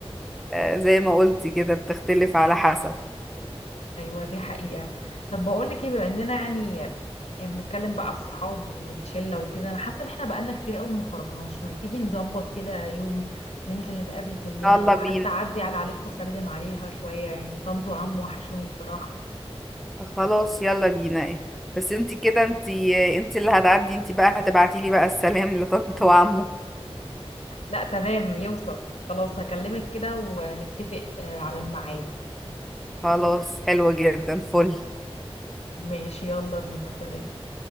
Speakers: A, in the centre; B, on the left.
A: آه، زي ما قلتي كده بتختلف على حسب
B: ايوه دي حقيقة طب بقول لك ايه بما اننا يعني بنتكلم بقى على الصحاب والشلة وكده انا حاسة ان احنا بقالنا كتير قوي ما خرجناش ما تيجي نظبط كده يوم ننزل نتقابل كلنا
A: يلا
B: وحتى
A: بينا
B: اعدي على عيلتكم اسلم عليها شوية يعني طنط وعم وحشوني بصراحة
A: خلاص يلا بينا ايه بس انتي كده انتي انتي اللي هتعدي انتي بقى هتبعتيلي بقى السلام لطنط وعمو
B: لا تمام يوصل خلاص هكلمك كده ونتفق آه، على الميعاد
A: خلاص حلو جدا فل
B: ماشي يلا بينا سلام